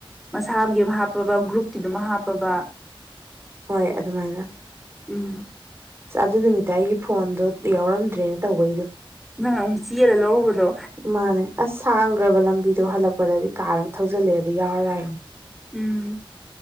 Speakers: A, in the centre; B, on the right.
A: ꯃꯁꯥꯕꯨꯒꯤ ꯍꯥꯞꯄꯕ ꯒ꯭ꯔꯨꯞꯀꯤꯗꯨꯃ ꯍꯥꯞꯄꯕ
B: ꯍꯣꯏ ꯑꯗꯨꯃꯥꯏꯅ
A: ꯎꯝ
B: ꯑꯁ ꯑꯗꯨ ꯅꯨꯃꯤꯠꯇ ꯑꯩꯒꯤ ꯐꯣꯟꯗꯣ ꯌꯥꯎꯔꯝꯗ꯭ꯔꯦꯅ ꯇꯧꯕꯩꯗꯣ
A: ꯅꯪ ꯑꯃꯨꯛ ꯆꯦꯜꯂ ꯂꯧꯔꯨꯕꯗꯣ
B: ꯃꯥꯅꯦ ꯑꯁ ꯁꯥꯡꯒ꯭ꯔꯕ ꯂꯝꯕꯤꯗꯣ ꯍꯜꯂꯛꯄꯗꯗꯤ ꯀꯥꯔ ꯑꯃ ꯊꯧꯖꯜꯂꯛꯑꯦ ꯑꯗ ꯌꯥꯎꯔ ꯂꯥꯛꯏꯅꯤ
A: ꯎꯝ